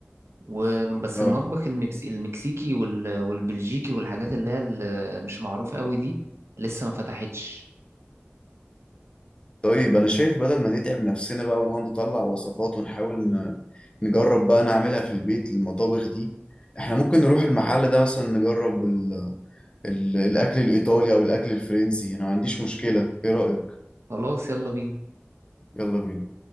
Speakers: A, on the right (about 80°); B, on the left (about 25°).
A: وبس
B: اه
A: المطبخ المبس- المكسيكي وال- والبلجيكي والحاجات اللي هي ال- مش معروفة قوي دي لسه ما فتحتش
B: طيب انا شايف بدل ما نتعب نفسنا بقى ونقعد نطلع وصفات ونحاول ن- نجرب بقى نعملها في البيت المطابخ دي احنا ممكن نروح المحل ده مثلا نجرب ال... ال... الاكل الايطالي او الاكل الفرنسي انا ما عنديش مشكلة ايه رأيك؟
A: خلاص يلا بينا
B: يلا بينا